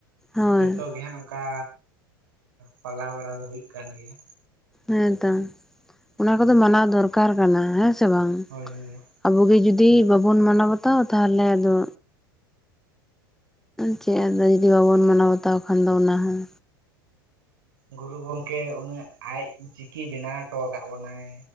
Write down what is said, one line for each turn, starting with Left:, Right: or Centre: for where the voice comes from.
Centre: ᱦᱳᱭ
Right: ᱡᱚᱛᱚ ᱜᱮ ᱦᱟᱸᱜ ᱚᱱᱠᱟ ᱯᱟᱞᱟᱣ ᱵᱟᱲᱟ ᱫᱚ ᱦᱩᱭᱩᱜ ᱠᱟᱱ ᱜᱮᱭᱟ
Centre: ᱦᱮᱸᱛᱚ ᱚᱱᱟ ᱠᱚᱫᱚ ᱢᱟᱱᱟᱣ ᱫᱚᱨᱠᱟᱨ ᱠᱟᱱᱟ ᱦᱮᱸ ᱥᱮ ᱵᱟᱝ
Right: ᱦᱳᱭ ᱦᱳᱭ
Centre: ᱟᱵᱚ ᱜᱮ ᱡᱩᱫᱤ ᱵᱟᱵᱚᱱ ᱢᱟᱱᱟᱣ ᱵᱟᱛᱟᱣᱟ ᱛᱟᱦᱚᱞᱮ ᱟᱫᱚ ᱪᱮᱫ
Right: ᱦᱳᱭ
Centre: ᱟᱫᱚ ᱡᱩᱫᱤ ᱵᱟᱵᱚᱱ ᱢᱟᱱᱟᱣ ᱵᱟᱛᱟᱣ ᱠᱷᱟᱱ ᱫᱚ ᱚᱱᱟ ᱦᱚᱸ
Right: ᱜᱩᱨᱩ ᱜᱚᱝᱠᱮ ᱩᱱᱟᱹᱜ ᱟᱡ ᱪᱤᱠᱤ ᱵᱮᱱᱟᱣ ᱦᱚᱴᱚ ᱟᱠᱟᱫ ᱵᱚᱱᱟᱭ